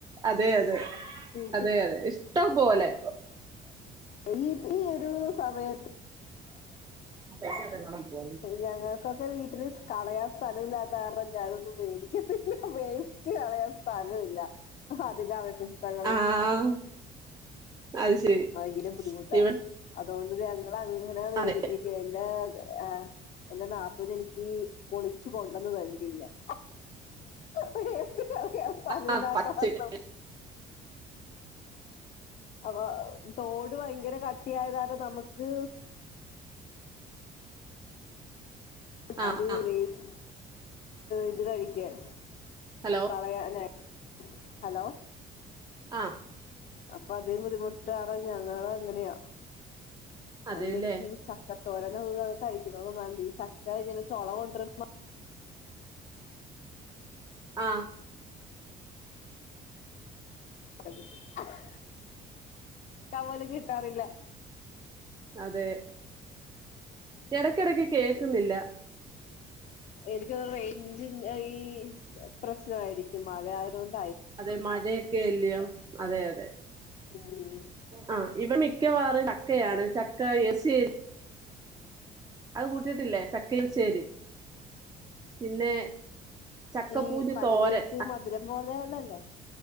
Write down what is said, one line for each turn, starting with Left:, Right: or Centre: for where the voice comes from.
Right: അതെ അതെ
Left: ഈ
Right: അതെ അതെ ഇഷ്ടംപോലെ
Left: ഇ ഈ ഈ ഒരു സമയത്ത്
Right: അതെ അതെ കാണാൻ പോ
Left: ഞങ്ങൾക്കൊക്കെ വീട്ടിൽ കളയാൻ സ്ഥലം ഇല്ലാത്ത കാരണം ഞാൻ ഒന്നും പേടി വേസ്റ്റ് കളയാൻ സ്ഥലമില്ല, അതിൻറെ അവശിഷ്ഠങ്ങൾ തകള്
Right: ആഹ് അത് ശരി
Left: ഭയങ്കര ബുദ്ധിമുട്ടാ
Right: ഇവ
Left: അതുകൊണ്ട് ഞങ്ങൾ അങ്ങനെ വേടികേറില്ല
Right: അതെ
Left: ആ എൻന്റെ നാത്തൂൻ എനിക്ക് പൊളിച്ചു കൊണ്ടന്ന് തരും തിന്നാൻ ഹഹഹ അയ്യോ സ്ഥലആഹ
Right: ആഹ് പച്ചക്ക്
Left: <unintelligible> അപ്പ തോട് ഭയങ്കര കട്ടിയായതാന് നമുക്ക്
Right: ആഹ്
Left: അത്
Right: ആഹ്
Left: വേസ് ഇത് കഴിക്കാൻ
Right: ഹലോ
Left: കളയാനാക്കി ഹലോ
Right: ആഹ്
Left: അപ്പൊ അതിന് അപ്പ അപ്പ ബുദ്ധിമുട്ട്കാരണം ഞങ്ങൾ അങ്ങനെയാ അതുകൊണ്ട്
Right: അതെല്ലേ
Left: എനിക്ക് ഈ ചക്ക തോരനും അതും ഇതും കഴിക്കണമെന്ന് തോന്നാറുണ്ട് ചക്ക ഇങ്ങനെ ചുള കൊണ്ടിരമ്പ
Right: ആ
Left: അതെ <unintelligible> പോലും കിട്ടാറില്ല
Right: അതെ ഇടക്കിടക്ക് കേക്കുന്നില്ല
Left: എനിക്ക് തോന്നുന്നത് റെയ്ഞ്ചി ഈ പ്രശ്നയിരിക്കും മഴ ആയത്കൊണ്ട്
Right: അതെ മഴയൊക്കെ അലിയോ അതെ അതെ
Left: ഉം
Right: ആ ഇവടെ മിക്കവാറും ചക്കയാണ് ചക്ക യസി അത് കൂട്ടിയിട്ടില്ലേ തക്കയിൽ ചേരി പിന്നെ ചക്കപ്പൂഞ്ഞ്
Left: ഈ കടുകിട്ട്
Right: തോരൻ
Left: മധുരം പോലെയള്ളല്ലേ